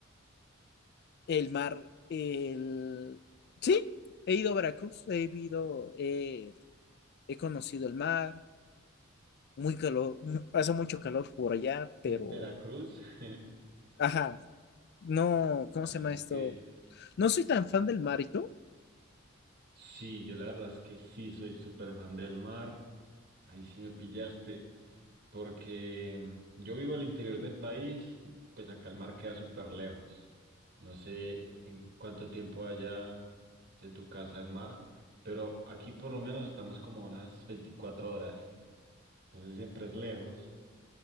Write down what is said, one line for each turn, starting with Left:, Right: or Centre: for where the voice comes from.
Left: el mar, el... Sí, he ido a Veracruz, he ido, eh, he conocido el mar, muy calor, mu- hace mucho calor por allá,
Right: en
Left: pero,
Right: Veracruz? <laughs>
Left: ajá, no, ¿cómo
Right: Ah,
Left: se llama
Right: Ok.
Left: esto? No soy tan fan del marito,
Right: Sí, yo la verdad es que sí soy súper fan del mar. Ahí sí me pillaste. Porque mm, yo vivo al interior del país, pues acá el mar queda súper lejos. No sé en cuánto tiempo haya de tu casa al mar, pero aquí por lo menos estamos como a unas 24 horas. Entonces siempre es lejos.